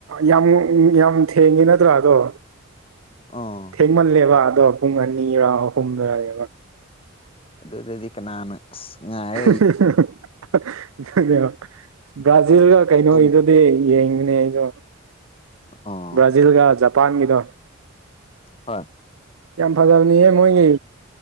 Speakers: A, on the right; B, on the left.
A: ꯌꯥꯝ ꯌꯥꯝ ꯊꯦꯡꯉꯤ ꯅꯠꯇ꯭ꯔꯥ ꯑꯗꯣ
B: ꯑꯣ
A: ꯊꯦꯡꯃꯜꯂꯦꯕ ꯑꯗꯣ ꯄꯨꯡ ꯑꯅꯤꯔꯥ ꯑꯍꯨꯝꯗꯔꯅꯦꯕ
B: ꯑꯗꯨꯗꯗꯤ ꯀꯅꯥꯅ ꯑꯁ ꯉꯥꯏ
A: <unintelligible> ꯕ꯭ꯔꯥꯖꯤꯜꯒ ꯀꯩꯅꯣꯒꯤꯗꯨꯗꯤ
B: ꯇꯨꯝ
A: ꯌꯦꯡꯕꯅꯦ ꯑꯩꯖꯨ
B: ꯑꯥ
A: ꯕ꯭ꯔꯥꯖꯤꯜꯒ ꯖꯄꯥꯟꯒꯤꯗꯣ
B: ꯍꯣꯏ
A: ꯌꯥꯝ ꯐꯖꯕꯅꯤꯍꯦ ꯃꯣꯏꯒꯤ